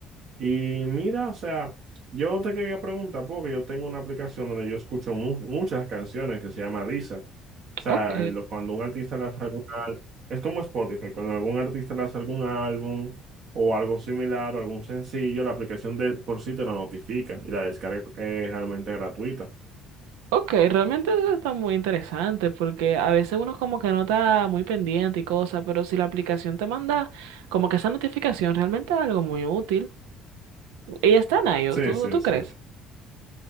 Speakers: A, on the right; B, on the right.
A: Y mira, o sea, yo te quería preguntar, porque yo tengo una aplicación donde yo escucho mu- muchas canciones que se llama Deezer. O sea,
B: Ok,
A: lo- cuando un artista lanza algún álbum, es como Spotify, cuando algún artista lanza algún álbum o algo similar o algún sencillo, la aplicación de por sí te lo notifica y la descarga es realmente gratuita.
B: ok, realmente eso está muy interesante porque a veces uno como que no está muy pendiente y cosas, pero si la aplicación te manda como que esa notificación realmente es algo muy útil. Y están a ellos,
A: Sí,
B: ¿tú,
A: sí,
B: tú
A: sí.
B: crees?